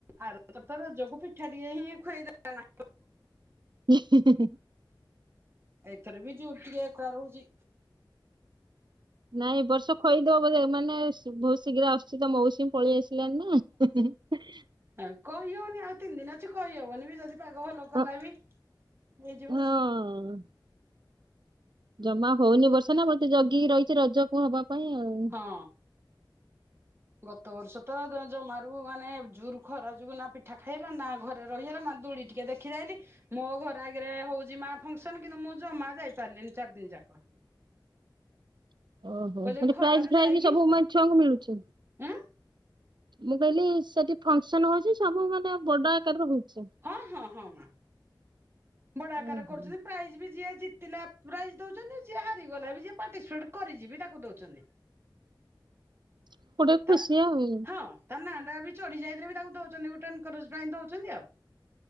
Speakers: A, on the right; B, on the right.
A: ଆର ତର ତ ରଜକୁ ପିଠାଟିଏ ହିଁ ଖୁଆଇଦେଲାନାହିଁ।
B: ହୁଁ ହୁଁ।
A: ଏଇଥର ବି <unintelligible> ଏ ଖରା ରହୁଚି।
B: ନାଇଁ ଏବର୍ଷ ଖୋଇଦବ ବୋଧେ ମାନେ ବହୁତ ଶୀଘ୍ର ଆସୁଛି ତ ମଉସୁମି। ପଳେଇ ଆସିଲାଣିନା।
A: ହ କହିହଉନି ଆଉ ତିନି ଦିନ ଅଛି କହିହବନି ଯଦି ପାଗ ଭଲ କଲା
B: ହଁ।
A: ବି ହେଇଯିବ।
B: ହଁ ଜମା ହଉନି ବର୍ଷା ନା ବତେ ଜଗିକି ରହିଛି ରଜକୁ ହବା ପାଇଁ ଆଉ
A: ହଁ। ଗତ ବର୍ଷ ତ ଜମାରୁ ମାନେ ଜୁରୁ ଖରା ଯୋଗୁ ନା ପିଠା ଖାଇଲା ନା ଘରେ ରହିଗଲା ନା ଦୋଳି ଟିକେ ଦେଖ ଦେଖିଦାଇଲି ମୋ ଘର ଆଗରେ ହଉଯି ମା ଫଙ୍କସନ କିନ୍ତୁ ମୁଁ ଯମା ଯାଇ ପାରିଲିନି ଚାରି ଦିନ ଯାକ।
B: ଓହୋ
A: କହିଲେ
B: ହେଠି
A: ଖରାରେ
B: ପ୍ରାଇଜ ଫାଇଜ
A: ଯାଇକି
B: ସବୁ ମ ଛୁଆଙ୍କୁ ମିଳୁଚି।
A: ଉଁ
B: ମୁଁ କହିଲି ସେଠି ଫଙ୍କସନ ହଉଛି ସବୁ ମାନେ ବଡ ଆକାରରେ ହଉଛି।
A: ହଁ ହଁ ହଁ ମା। ବଡ ଆକାର
B: ଓହୋ
A: କରୁଛନ୍ତି ପ୍ରାଇଜ ବି ଯିଏ ଜିତିଲା ପ୍ରାଇଜ ଦଉଛନ୍ତି ଯିଏ ହାରିଗଲା ବି ଯ ପାର୍ଟିସିପେଟ କରିଯି ତାକୁ ଦଉଚନ୍ତି।
B: <inaudible> ଗୋଟେ ଖୁସି
A: ତା
B: ଆଉ।
A: ହଁ ତା ନା ବି ଚଢି ଯାଇଥିଲେ ବି ତାଙ୍କୁ ଦଉଛନ୍ତି ଗୋଟେ ଏନକାରେଜ ପାଇଁ ଦଉଚନ୍ତି ଆଉ।